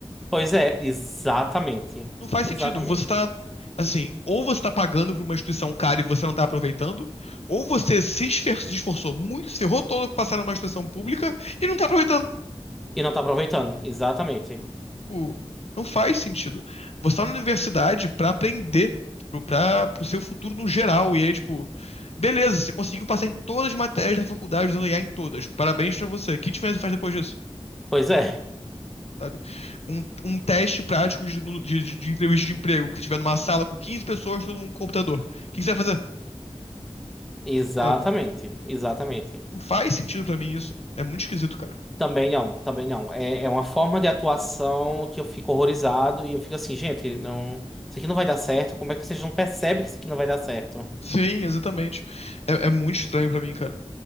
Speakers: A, in the centre; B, on the left.
A: Pois é, exatamente.
B: Não faz
A: Exatamente.
B: sentido. Você tá, assim, ou você tá pagando pra uma instituição cara e você não tá aproveitando, ou você se esfer- se esforçou muito, se ferrou todo pra passar numa instituição pública e não tá aproveitando.
A: E não tá aproveitando. Exatamente.
B: Tipo, não faz sentido. Você tá na universidade pra aprender, tipo, pra, pro seu futuro no geral. E aí, tipo, beleza, você conseguiu passar em todas as matérias da faculdade usando IA em todas. Parabéns pra você. Que diferença faz depois disso?
A: Pois é,
B: Sabe? Um, um teste prático de, de, de- de entrevista de emprego, que você estiver numa sala com 15 pessoas, todo mundo com computador. O que que você vai fazer?
A: exatamente.
B: Sabe?
A: Exatamente.
B: Não faz sentido pra mim isso. É muito esquisito, cara.
A: Também não, também não. É, é uma forma de atuação que eu fico horrorizado e eu fico assim, gente, não, isso aqui não vai dar certo. Como é que vocês não percebem que isso aqui não vai dar certo?
B: Sim, exatamente. É, é muito estranho pra mim, cara.